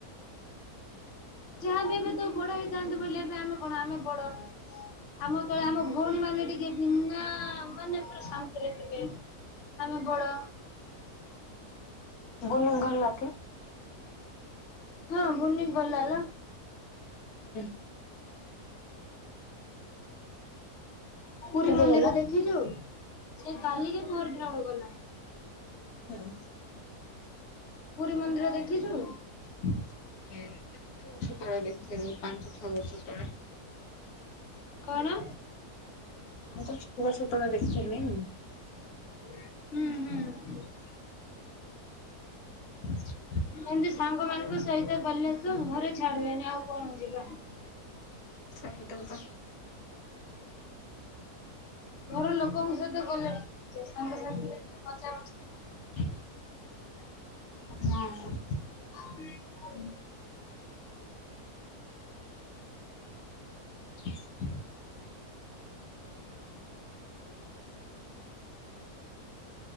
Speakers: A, on the left (about 55°); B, on the left (about 75°).
A: ଯାହା ବି ଏବେ ତୁ ବଡ ହେଇଥାନ୍ତୁ ବୋଇଲେ ଆମେ କଣ ଆମେ ବଡ ଆମର ତ ଆମ ଭଉଣୀ ମାନେ ଟିକେ ବିନା ମାନେ ପୁରା ଶାନ୍ତିରେ ଥିବେ। ଆମେ ବଡ।
B: ହୁଁ ହୁଁ <inaudible> ବୁନି ଗଲାକି? <unintelligible>
A: ହଁ ଭୁନି ଗଲାଲୋ।
B: ହୁଁ।
A: ପୁରୀ
B: କେବେ
A: ମନ୍ଦିର
B: ଗଲା?
A: ଦେଖିଛୁ? ସେ କାଲିକି ପହର୍ ଦିନଠୁ ଗଲାଣି।
B: ହୁଁ <unintelligible>
A: ପୁରୀ ମନ୍ଦିର ଦେଖିଛୁ?
B: ଏ <unintelligible> ବହୁତ ବର୍ଷ ତଳେ ଦେଖିଥିଲି ପାଞ୍ଚ ଛଅ ବର୍ଷ ତଳେ।
A: କଣ?
B: ମୁଁ କହିଲି ଛଅ ବର୍ଷ ତଳେ ଦେଖଛିନି
A: ହୁଁ ହୁଁ।
B: <inaudible>
A: ଏମତି ସାଙ୍ଗ ମାନଙ୍କ ସହିତ ଗଲେ ତୁ ଘରେ ଛାଡିବେନି ଆଉ କଣ ଯିବା।
B: ସେଇ ତ କଥା
A: ଘର ଲୋକଙ୍କ ସହିତ ଗଲେ ବି ସାଙ୍ଗ ସାଥିରେ ମଜା ମସ୍ତି
B: <inaudible>
A: <inaudible>
B: ନାଇଁ।
A: ହୁଁ। <inaudible>
B: <inaudible>